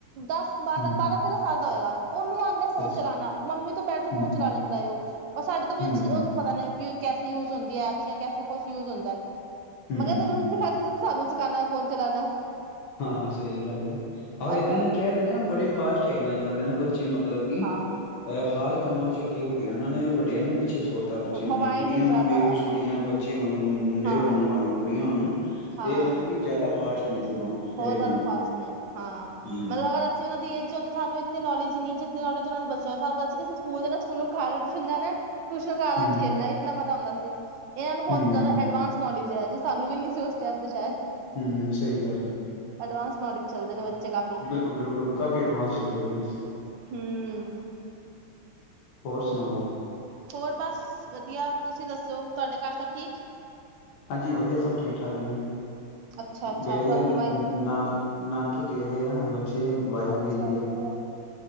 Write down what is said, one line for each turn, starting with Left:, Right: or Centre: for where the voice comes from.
Right: ਦੱਸ ਬਾਰਾ,
Left: ਹਮ
Right: ਬਾਰਾ, ਤੇਰਾ ਸਾਲ ਦਾ ਹੋਇਗਾ, ਉਹਨੂੰ ਆਂਦੇ ਫੋਨ
Left: ਅੱਛ
Right: ਚਲਾਣਾ, ਮੰਮੀ ਤੋਂ ਬੈਟਰ
Left: ਹਮ
Right: ਫੋਨ ਚਲਾ ਲੈਂਦਾ ਏ ਉਹ, ਔਰ ਸਾਡੇ ਤੋਂ ਵੀ
Left: ਹਮ
Right: ਅੱਛੇ ਉਹਨੂੰ ਪ ਕੈਸੇ ਯੂਜ ਹੁੰਦੀ ਐ, ਐਪਸੀ ਯਾ ਕੈਸੇ, ਕੁਛ ਯੂਜ ਹੁੰਦਾ ਐ,
Left: ਹਮ
Right: ਮੈਂ ਕਿਆ ਤੈਂਨੁ ਸਾਨੂੰ ਸਿਖਾਂਨਾ ਫੋਨ ਚਲਾਣਾ।
Left: ਹਾਂ-ਹਾਂ, ਸਹੀ ਗੱਲ ਏ, ਆਹੋ ਏਦਾਂ
Right: ਐਸਾ ਹੋ
Left: ਹੀ
Right: ਜਾਂਦਾ।
Left: ਕਹਿ ਤੇ ਰਿਹਾਂ, ਬੜੇ ਫਾਸਟ ਹੈਗੇ ਨੇ, ਅੱਜ-ਕੱਲਦੇ ਨਾ, ਬ ਬੱਚੇ, ਮਤਲਬ ਕਿ
Right: ਹਾਂ
Left: ਅਹ ਹਰ ਕੰਮਾਂ'ਚ ਅੱਗੇ ਹੋਗੇ, ਉਹਨਾਂ ਨੇ ਵੱਡਿਆਂ ਨੂੰ ਪਿੱਛੇ ਛੋੜਤਾ ਬੱਚਿਆਂ
Right: ਮੋਬਾਇਲ
Left: ਨੇ, ਕੁੜੀਆਂ
Right: ਹੀ ਜ਼ਿਆਦਾ
Left: ਨੂੰ ਵੇਖਲੋ ਛੋਟੀਆਂ, ਬੱਚੇ ਹੋਣ ਮੁੰਡੇ
Right: ਹਾਂ
Left: ਹੋਣ, ਭਾਵੇਂ ਕੁੜੀਆਂ ਹੋਣ
Right: ਹਾਂ।
Left: ਇਹ ਮਤਲਬ ਕਿ ਜ਼ਿਆਦਾ ਫਾਸਟ ਨੇਂ, ਸਗੋਂ।
Right: ਬਹੁਤ
Left: ਪਹਿਲੇ
Right: ਜ਼ਿਆਦਾ
Left: ਨਾਲੋਂ
Right: ਫ਼ਾਸਟ ਨੇ, ਹਾਂ,
Left: ਹਮ
Right: ਮੈਨ ਲਗਦਾ ਜਿਹੜੀ ਓਨਾਂ ਦੀ ਏਜ ਸਾਨੂੰ ਇਤਨੀ ਨੋਲੇਜ ਨਹੀਂ, ਜਿਤਨੀ ਨੌਲੇਜ ਉਹਨਾਂ ਨੂੰ ਬੱਚਿਆਂ ਦੇ ਹਿਸਾਬ ਨਾਲ। ਕਿ ਅਂ ਸਕੂਲ ਸਕੂਲੋਂ ਘਰ ਆਕੇ ਟਊਸ਼ਨ ਜਾਣਾ, ਟਊਸ਼ਨ ਘਰ
Left: ਹਮ
Right: ਆਕੇ ਖੇਲਣਾ, ਇਤਨਾ ਪਤਾ ਹੁੰਦਾ ਸੀ। ਇਹਨਾਂ ਨੂੰ ਬਹੁਤ
Left: ਹਮ
Right: ਜ਼ਿਆਦਾ ਐਡਵਾਂਸ ਨੌਲੇਜ ਐ, ਜੋ ਸਾਨੂੰ ਵੀ ਨੀ ਸੀ, ਉਸ ਟਾਈਮ ਤੇ ਸ਼ਾਇਦ।
Left: ਹੂੰ, ਸਹੀ ਗੱਲ ਆ।
Right: ਅਡਵਾਂਸ ਨੌਲੇ ਚੱਲਦੇ ਨੇ ਬੱਚੇ, ਕਾ
Left: ਬਿਲਕੁਲ-ਬਿਲਕੁਲ, ਕਾਫੀ ਅਡਵਾਂਸ ਚੱਲਦੇ ਪਏ ਨੇ।
Right: ਹੂੰ
Left: ਹੋਰ, ਸੁਣਾਓ?
Right: ਹੋਰ ਬਸ, ਵਧੀਆ। ਤੁਸੀਂ ਦੱਸੋ, ਤੁਹਾਡੇ ਘਰ ਸਭ ਠੀਕ?
Left: ਹਾਂਜੀ, ਵਧੀਆ ਸਭ ਠੀਕ-ਠਾਕ ਨੇ।
Right: ਅੱਛਾ ਅੱਛਾ
Left: ਗਏਦੇ
Right: ਤੁਹਾਡੀ
Left: ਆ
Right: ਵਾਈਫ
Left: ਨਾਨ, ਨਾਨਕੇ ਗਏਦੇ ਆ ਨੇ ਬੱਚੇ, ਵਾਈਫ
Right: ਅੱਛਾ
Left: ਗਏਦੀ ਹੈ।
Right: ਅੱਛਾ,